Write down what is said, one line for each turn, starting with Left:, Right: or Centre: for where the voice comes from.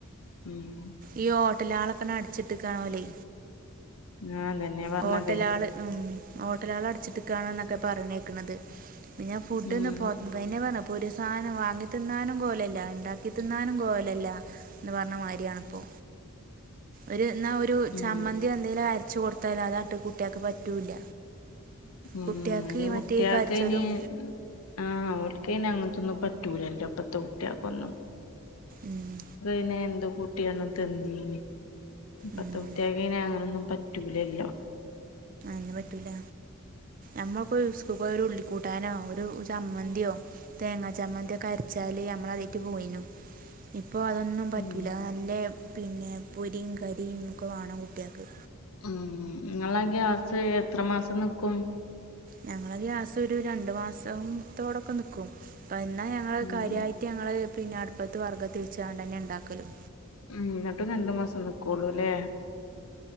Left: ഉം
Right: ഈ ഹോട്ടലാളപ്പന അടിച്ചിട്ട് കാണോലേ
Left: ഞാൻ അതന്നെ പറഞ്ഞതേ
Right: ഹോട്ടല ആള് ഉം ഹോട്ടല ആൾ അടിച്ചിട്ടക്കണോ എന്നൊക്കെ പറഞ്ഞേക്കണുന്നത് പിന്നെ ഫുഡ്ന്ന
Left: ഉം
Right: പോെ പറഞ്ഞ അപ്പൊ ഒരു സാധനം വാങ്ങി തിന്നാനും കോലല്ല ഉണ്ടാക്കി തിന്നാനും കോലല്ല എന്ന് പറഞ്ഞ മാതിരിയാണിപ്പോൊ ഒരു എന്നാ ഒരു
Left: ഉം
Right: ചമ്മന്തി എന്തെേലും ക ച കൊടുത്താൽ അത് അട്ടുകുട്ടിയക്ക് പറ്റൂല്ല
Left: ഉ
Right: കുട്ടികൾക്ക്
Left: അ കുട്ടിയക്കെ
Right: മറ്റേ കരിച്ചതും
Left: ഇനി ആഹ യിന അങ്ങനത്തൊന്നും പറ്റൂലല്ലോ അപ്പത്തെ കുട്ടികൊക്കെ ഒന്നും
Right: ഉം
Left: ഇനെ എന്തോ കൂട്ടിയാണ് തന്നീന് അപ്പത്തെ
Right: ഉം
Left: കുട്ടിയക്ക് ഇനെ അങ്ങനൊന്നും പറ്റൂലല്ലോ
Right: പറ്റൂല എമുക്ക് യുസ്റ ഒരു ലക്ുഡ് കൂട്ടാനോ ഒരു ചമ്മന്തിയോ തേങ്ങാ ചമ്മന്തി ഒക്കെ അരച്ചാല് നമ്മള അതട്ട് പോയിനു ഉ അപ്പോൾ അതൊന്നും പറ്റില്ല
Left: ഉം
Right: നല്ല പിന്നെ പൊരിയും കരിൊക്കെ വേണം കുട്ടികൾക്ക്
Left: ഉം നിങ്ങളാ ഗ്യാസ് എത്ര മാസം നക്കും
Right: ഞങ്ങള ഗ്യാസം ഒരു രണ്ടു മാസത്തോടൊക്കെ നക്കും അപ്പ എന്നാ ഞങ്ങള്
Left: ഉം
Right: കാര്യമായിട്ട് ഞങ്ങള് പിന്നെ അടുപ്പത്ത് വർഗ്ഗം തിരിച്ചണ്ട് തന്നെ ഉണ്ടാക്കല്ലോ
Left: ഉ എന്നിട്ട് രണ്ടു മാസം നക്കു അല്ലേ